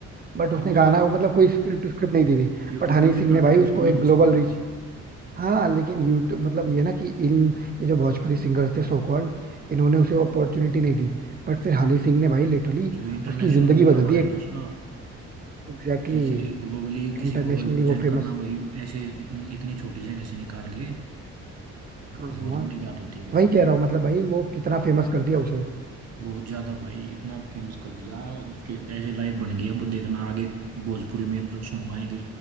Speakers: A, on the right; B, on the right.
A: बट
B: हाँ
A: उसने
B: वो
A: गाना
B: तो
A: मतलब कोई स्क्रिप्ट स्क्रिप्ट नहीं दी थी
B: यूट्यूब
A: बट हनी
B: पे
A: सिंह
B: भी
A: ने
B: काफी
A: भाई उसको
B: पॉपुलर
A: एक
B: हो
A: ग्लोबल
B: चुकी
A: रीच
B: थी
A: हाँ लेकिन यूट्यूब मतलब ये ना कि इन ये जो भोजपुरी सिंगर्स थे सो कॉल्ड इन्होंने उसे अपॉर्चुनिटी नहीं दी बट फिर हनी सिंह ने भाई लिटरली
B: जो इंटरनेशनल
A: उसकी जिंदगी
B: वो
A: बदल
B: करवाया
A: दी
B: है ना उसका
A: एग्जैक्टली
B: जैसे ग्लोबली किसी
A: इंटरनेशनली
B: को रिप्रेजेंट
A: वो फेमस
B: करना वही ऐसे इतनी छोटी जगह से निकाल के
A: हाँ
B: बहुत
A: हाँ,
B: बड़ी बात होती है भाई
A: वही कह रहा हूँ मतलब भाई वो कितना फेमस कर दिया उसे
B: बहुत ज्यादा भाई इतना फेमस कर दिया अब उसके ऐसे लाइव बन गया अब देखना आगे भोजपुरी में जो सॉन्ग आएंगे